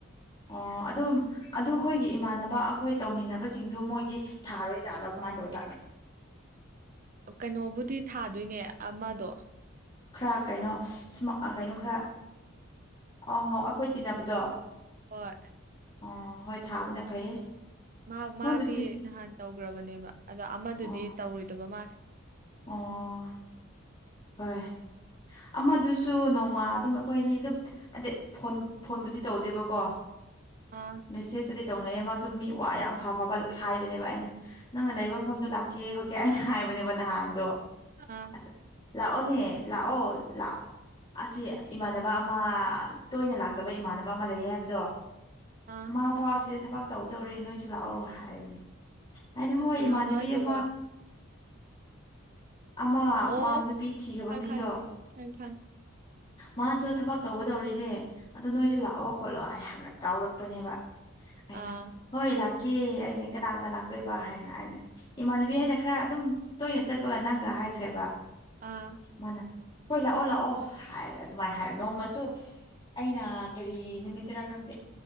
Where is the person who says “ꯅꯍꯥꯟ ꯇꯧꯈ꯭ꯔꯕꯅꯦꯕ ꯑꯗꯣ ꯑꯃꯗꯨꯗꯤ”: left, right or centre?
Right